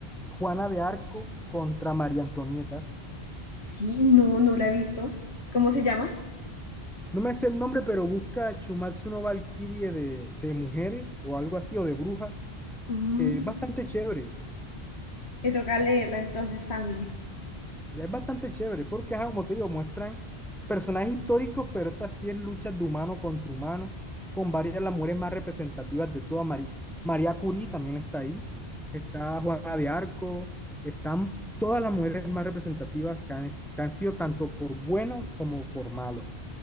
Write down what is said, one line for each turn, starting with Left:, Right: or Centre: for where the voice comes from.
Centre: Juana de Arco contra María Antonieta.
Left: Sí, no, no la he visto. ¿Cómo se llama?
Centre: No me sé el nombre, pero busca Shumatsu no Valkyrie de, de mujeres o algo así, o de brujas,
Left: Mm,
Centre: que es bastante chévere.
Left: Me toca leerla entonces también.
Centre: Ya es bastante chévere, porque, ajá, como te digo, muestran personajes históricos, pero esta sí es lucha de humano contra humano, con varias de las mujeres más representativas de toda María. María Curie también está ahí, está Juana de Arco, están todas las mujeres más representativas que han, que han sido tanto por bueno como por malo.